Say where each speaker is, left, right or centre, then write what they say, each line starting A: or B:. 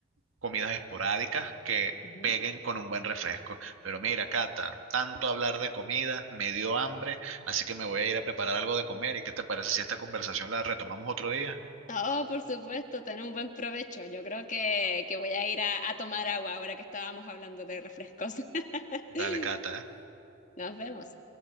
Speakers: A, on the right (about 80°); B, on the left (about 40°).
A: comidas esporádicas que
B: Ujú.
A: peguen con un buen refresco. Pero mira, Cata, tanto hablar de comida me dio hambre, así que me voy a ir a preparar algo de comer. ¿Y qué te parece si esta conversación la retomamos otro día?
B: Oh, por supuesto, tener un buen provecho. Yo creo que, que voy a ir a, a tomar agua ahora que estábamos hablando de refrescos. <laughs>
A: Dale, Cata. ¿eh?
B: Nos vemos.